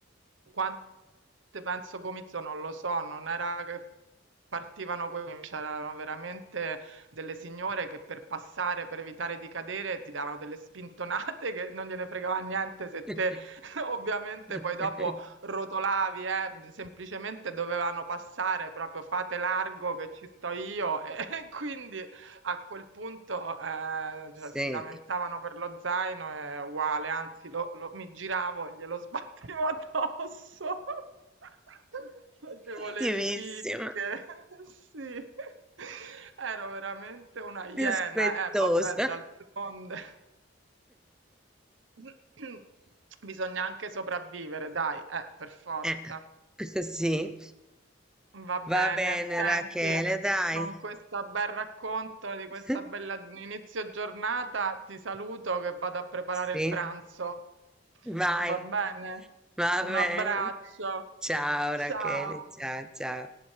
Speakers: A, on the right; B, in the centre.
A: quante penso comizio non lo so, non era che partivano quelli, c'erano veramente delle signore che per passare, per evitare di cadere, ti davano delle spintonate <laughs> che non gliene fregava niente se
B: eh.
A: te
B: <laughs>
A: <laughs> ovviamente
B: <laughs>
A: poi dopo
B: Okay.
A: rotolavi, eh, semplicemente dovevano passare proprio fate largo che ci sto io e <laughs> quindi a quel punto, ehm, cioè
B: Sì.
A: si lamentavano per lo zaino, è uguale, anzi lo lo mi giravo e glielo sbattevo addosso. <laughs> Facevo
B: Attivissima,
A: le ripicche, <laughs> sì. Ero veramente una iena,
B: rispettosa.
A: eh vabbè, d'altronde. <clears throat> Bisogna anche sopravvivere, dai, eh, per forza.
B: Eh, sì,
A: Va bene,
B: va bene
A: senti,
B: Rachele, dai.
A: con questo bel racconto di questa
B: <laughs>
A: bella inizio giornata ti saluto che vado a preparare
B: Sì,
A: il pranzo.
B: vai.
A: Va bene?
B: Va
A: Un
B: bene.
A: abbraccio.
B: Ciao
A: Ciao.
B: Rachele, ciao ciao.